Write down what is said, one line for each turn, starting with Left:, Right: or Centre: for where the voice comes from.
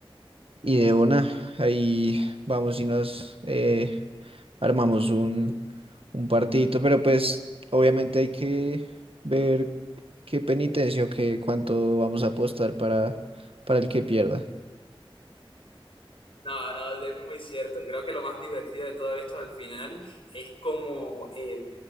Right: Y de una, ahí vamos y nos eh, armamos un, un partidito, pero pues obviamente hay que ver qué penitencia o qué cuánto vamos a apostar para, para el que pierda.
Left: No, no, es muy cierto. Creo que lo más divertido de todo esto al final es como eh,